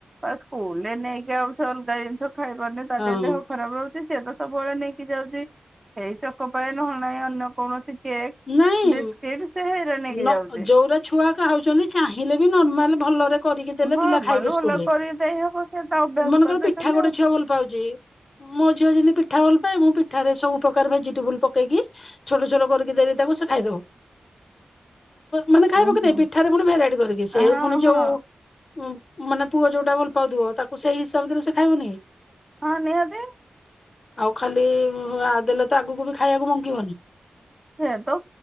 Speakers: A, on the right; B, on the left.
A: ବା ସ୍କୁଲରେ ନେଇକି ଆଉ ସେ ଅଲଗା ଜିନିଷ ଖାଇ ପାରୁନି ତାର
B: ହଁ
A: ଟିକେ ଦେହ ଖରାପ ରହୁଛି ସେ ତ ସବୁବେଳେ ନେଇକି ଯାଉଛି ହେଇ ଚକ ପାଏ ନହ ନାହିଁ ଅନ୍ୟ କୌଣସି କେକ୍
B: ନାଇଁ
A: ବିସ୍କିଟ ସେ ହେରା ନେଇକି
B: ନ
A: ଯାଉଛି
B: ଯୋଉରା ଛୁଆ ଖାଉଛନ୍ତି ଚାହିଁଲେ ବି ନର୍ମାଲ ଭଲରେ କରିକି ଦେଲେ
A: ନର୍ମାଲ
B: ପିଲା ଖାଇବେ ସ୍କୁଲରେ
A: ଭଲ କରିକି ଦେଇ ହବ ସେ ତା ଅଭ୍ୟାସ
B: ମନେକର
A: କରିଦେଇଛନ୍ତି
B: ପିଠା ଗୋଟେ
A: ଆଉ।
B: ଝିଅ ଭଲ ପାଉଛି ମୋ ଝିଅ ଯେମିତି ପି ଠା ଭଲ ମୁଁ ପି ଠାରେ ସବୁ ପ୍ରକାର ଭେଜିଟେବଲ ପକେଇକି ଛୋଟ ଛୋଟ କରି କି ଦେବି ତାକୁ ସେ ଖାଇଦବ ମାନେ ଖାଇବା
A: ହୁଁ
B: କି ନାଇଁ
A: ହୁଁ
B: ପିଠାରେ ପୁଣି ଭେରାଇଟି କରିକି ସେ
A: ହଁ
B: ପୁଣି ଯୋଉ
A: ହଁ
B: ମାନେ ପୁଅ ଯୋଉଟା ଭଲ ପାଉଥିବ ତାକୁ ସେଇ ହିସାବରେ ସେ ଖାଇବନି କି?
A: ହଁ ନିହାତି
B: ଆଉ ଖାଲି ଦେଲେ ତ ଆଗକୁ ବି ଖାଇବାକୁ ମଙ୍ଗିବନି।
A: ସେ ତ